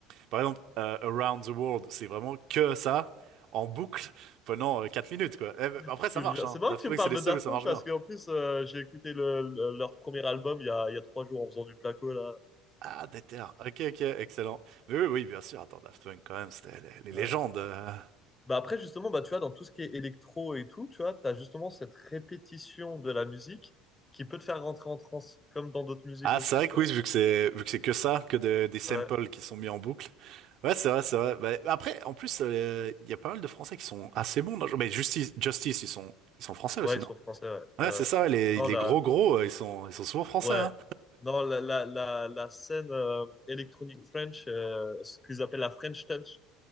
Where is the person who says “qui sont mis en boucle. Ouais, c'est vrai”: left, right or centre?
Right